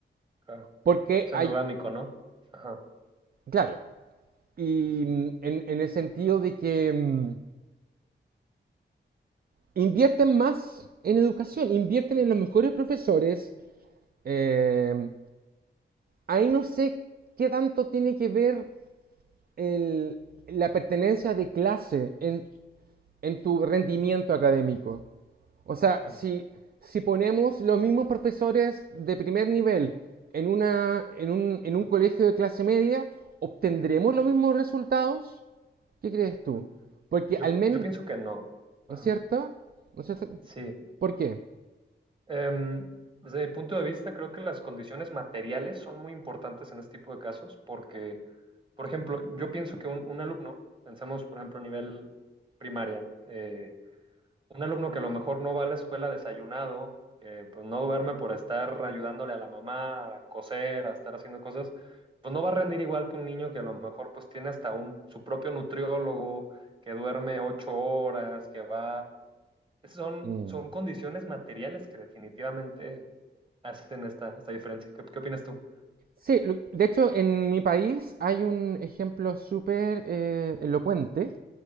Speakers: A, on the right; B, on the right.
A: claro.
B: Porque
A: Es endogámico,
B: hay,
A: ¿no? Ajá,
B: claro, y
A: sí, sí,
B: mm, en, en el sentido de que mm, invierten más en educación, invierten en los mejores profesores. eh, ahí no sé qué tanto tiene que ver el- la pertenencia de clase en, en tu rendimiento académico. O sea,
A: claro.
B: si, si ponemos los mismos profesores de primer nivel en, una, en, un, en un colegio de clase media, ¿obtendremos los mismos resultados? ¿Qué crees tú?
A: Mm.
B: Porque
A: Yo,
B: al menos,
A: yo pienso que no.
B: ¿no
A: Ajá,
B: es cierto? ¿No es cierto?
A: sí.
B: ¿Por qué?
A: Em, desde mi punto de vista, creo que las condiciones materiales son muy importantes en este tipo de casos porque, por ejemplo, yo pienso que un, un alumno, pensamos, por ejemplo, a nivel primaria, eh, un alumno que a lo mejor no va a la escuela desayunado, que pues no duerme por estar ayudándole a la mamá a coser, a estar haciendo cosas, pues no va a rendir igual que un niño que a lo mejor pues tiene hasta un, su propio nutriólogo, que duerme ocho horas, que va... Son,
B: Mm.
A: son condiciones materiales que definitivamente hacen esta, esta diferencia. ¿Qué, qué opinas tú?
B: Sí, lo- de hecho en mi país hay un ejemplo súper eh, elocuente